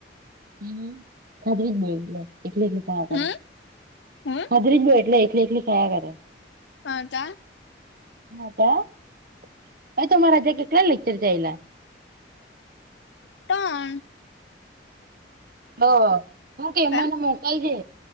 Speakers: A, on the right; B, on the left.
A: હમ્મ. <unintelligible> એકલી એકલી ખાયા
B: હમ
A: કરે
B: હમ
A: ખાદરી બો એટલે એકલી એકલી ખાયા કરે.
B: હતા.
A: હાતા. <unintelligible> તમારા આજે કેટલા લેક્ચર ચાયલા?
B: ત્રણ.
A: તો હું કેય મને
B: એમ
A: મોકલજે